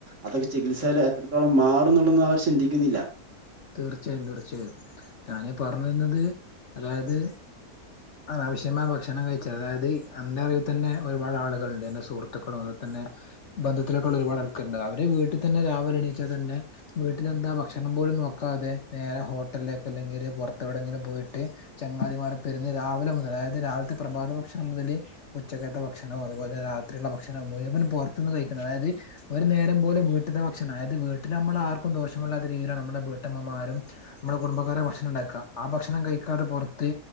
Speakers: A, on the right; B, on the left.
A: അതൊക്കെ ചികിത്സാല് എത്രത്തോളം മാറും ന്ന്ള്ളന്നും അവർ ചിന്തിക്കുന്നില്ല.
B: തീർച്ചയായും തീർച്ചയായും. ഞാന് പറഞ്ഞു വര്ന്നത് അതായത് അനാവശ്യമായ ഭക്ഷണം കഴിച്ചത്, അതായത് എന്റെറിവിത്തന്നെ ഒരുപാട് ആളുകള്ണ്ട് എന്റെ സുഹൃ ത്തുക്കളും അതുപോലെത്തന്നെ ബന്ധത്തിലൊക്കെള്ള ഒരുപാട് ആൾക്കാര്ണ്ട്, അവര് വീട്ട്ത്തന്നെ രാവിലെ എണീച്ചാൽ തന്നെ വീട്ട്ലെന്താ ഭക്ഷണം പോലും നോക്കാതെ നേരെ ഹോട്ടൽലേക്ക് അല്ലെങ്കില് പൊർത്തെവിടെങ്കിലും പോയിട്ട് ചങ്ങാതിമാരൊപ്പ ഇരുന്ന് രാവിലെ മുതല്, അതായത് രാവിൽത്തെ പ്രഭാത ഭക്ഷണം മുതല് ഉച്ചക്കത്തെ ഭക്ഷണോം, അതുപോൽ തന്നെ രാത്രിള്ളെ ഭക്ഷണം മുഴുവനും പൊർത്ത്ന്ന് കഴിക്കണം അതായത് ഒരു നേരം പോലും വീട്ട്ത്തെ ഭക്ഷണം, അതായത് വീട്ടിലമ്മളാർക്കും ദോഷമല്ലാത്ത രീതിയിലാണ് നമ്മുടെ വീട്ടമ്മമാരും നമ്മുടെ കുടുംബക്കാരാ ഭക്ഷണണ്ടാക്ക. ആ ഭക്ഷണം കഴിക്കാതെ പൊർത്ത്